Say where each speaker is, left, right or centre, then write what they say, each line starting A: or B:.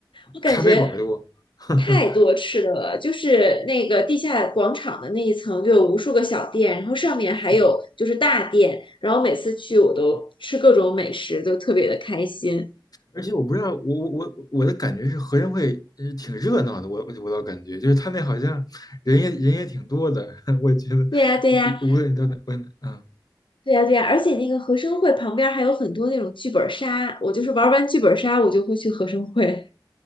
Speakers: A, on the left; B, on the left.
A: 我感觉
B: 咖啡馆多，<laughs> 呵多，
A: 太多吃的了，就是那个地下广场的那一层就有无数个小店，然后上面还有就是大店，
B: 是。
A: 然后每次去我都吃各种美食，都特别的开心。
B: 而且我不知道，我我我我的感觉是合生汇呃挺热闹的，我我我倒感觉就是他那好像人也人也挺多的，<laughs> 我觉得无无论你到哪，
A: 对呀，对呀。
B: 我嗯，
A: 对呀，对呀，而且那个和生汇旁边儿还有很多那种剧本杀，我就是玩完剧本杀，我就会去和生汇。